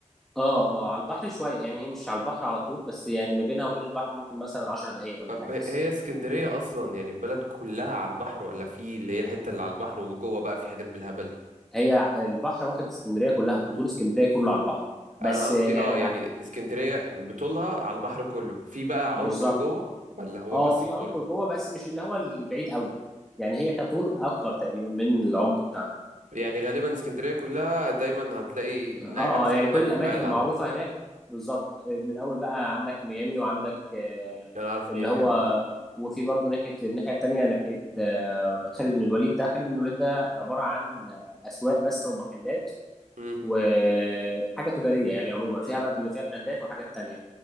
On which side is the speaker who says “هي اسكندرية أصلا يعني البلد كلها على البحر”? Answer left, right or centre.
Right